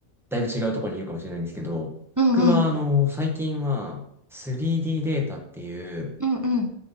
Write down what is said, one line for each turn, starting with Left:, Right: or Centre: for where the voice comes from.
Centre: だいぶ違うところにいるかもしれないんですけど、
Right: うんうん。
Centre: 僕はあの、最近は 3D ディーデータっていう、
Right: うんうん。